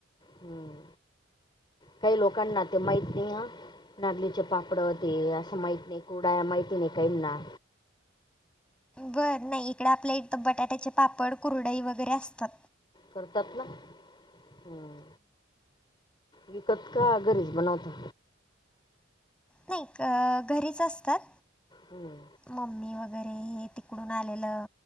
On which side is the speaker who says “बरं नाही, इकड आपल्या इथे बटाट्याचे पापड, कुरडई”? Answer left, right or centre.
Centre